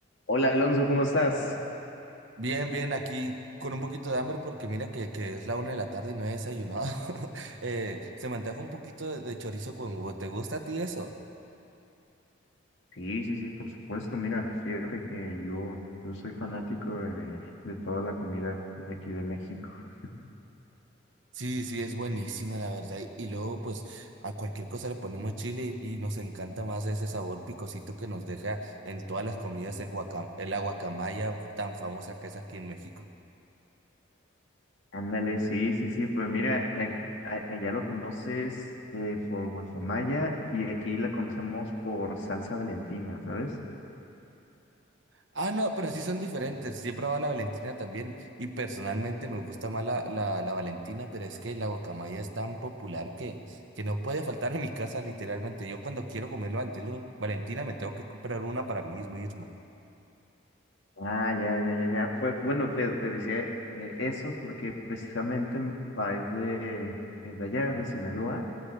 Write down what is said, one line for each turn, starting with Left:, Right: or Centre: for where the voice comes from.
Left: Hola Alonso, ¿cómo estás?
Right: Bien, bien, aquí con un poquito de hambre porque mira que, que es la una de la tarde y no he desayunado. <laughs> Eh, se me antoja un poquito de, de chorizo con huevo. ¿Te gusta a ti eso?
Left: Sí, sí, sí, por supuesto. Mira, fíjate que yo, yo soy fanático de, de toda la comida de aquí de México. <laughs>
Right: Sí, sí, es buenísima la verdad. Y, y luego pues a cualquier cosa le ponemos chile y, y nos encanta más ese sabor picosito que nos deja en todas las comidas el guacam, el aguacamaya tan famosa que es aquí en México.
Left: Ándale, sí, sí, sí. Pues mira, a- a- allá lo conoces eh, por guacamaya y aquí la conocemos por salsa Valentina, ¿sabes?
Right: Ah, no, pero sí son diferentes. Sí he probado la Valentina también y personalmente me gusta más la, la, la Valentina, pero es que la guacamaya es tan popular que, que no puede faltar en mi casa literalmente. Yo cuando quiero comer la Valentino- Valentina me tengo que comprar una para mí mismo.
Left: Ah, ya, ya, ya, ya. Pues bueno, te, te decía eh, eso porque precisamente mi papá es de, es de allá, de Sinaloa,